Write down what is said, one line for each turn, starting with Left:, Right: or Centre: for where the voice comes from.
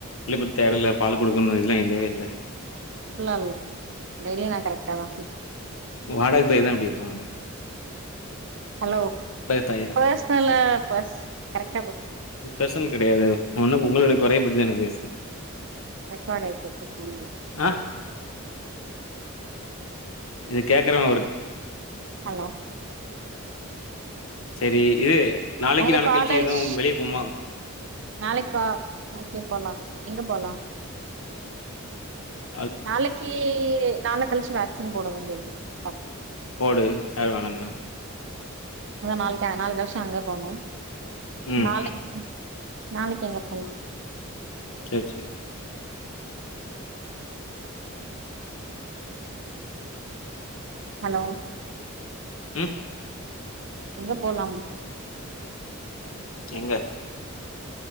Left: <unintelligible> தேவல்ல பால் குடுக்கணூ இதல்லா இல்லவே இல்ல
Right: இல்ல இல்ல டெய்லி நா கரெக்டா தா
Left: வாடக தேதிலா எப்டி வார
Right: ஹலோ
Left: தாயா
Right: பர்சனலு பஸ் கரட்
Left: இது பர்சனல் கெடையாதே என்ன இப்ப உங்களோடய குறைய பத்திதானா பேசுது
Right: ரெக்கார்ட் ஆயிட்டு இருக்கு ஃபோன்ல
Left: ஆஹ் இத கேக்கறே ஒரு
Right: அ
Left: சரி இரு நாளைக்கி
Right: உங்க
Left: நாள
Right: காலேஜ்
Left: கழிச்சு எது வெளிய போமா
Right: நாளைக்கா ஓகே போலா எங்க போலா
Left: இம்
Right: நாளக்கி நாள கழிச்சு வா சீன் போட வேண்டியதிருக்கு ஆ
Left: போடு யாரு வேணனா
Right: அத நாளைக்கா நாள கழிச்சு அங்க போனு
Left: ம்
Right: நாளை ம் நாளைக்கு எங்க போலாம்
Left: சேர் செரி
Right: ஹலோ
Left: உம்
Right: எங்க போலாம்
Left: எங்க